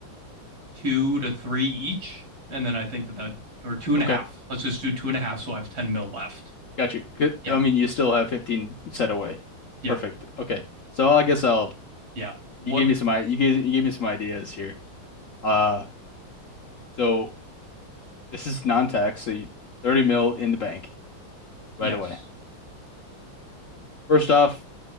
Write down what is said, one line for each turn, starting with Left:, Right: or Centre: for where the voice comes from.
Right: two to three each, and then I think that that or two and
Left: okay.
Right: a half. Let's just do two and a half so I have 10 mil left.
Left: Got you. Good.
Right: Yeah.
Left: I mean, you still have 15 set away.
Right: Yep.
Left: Perfect. Okay. So I guess I'll
Right: Yeah. What?
Left: you gave me some i you gave you gave me some ideas here. Uh, so this is non-tax, so you, 30 mil in the bank
Right: Yes.
Left: right away. First off,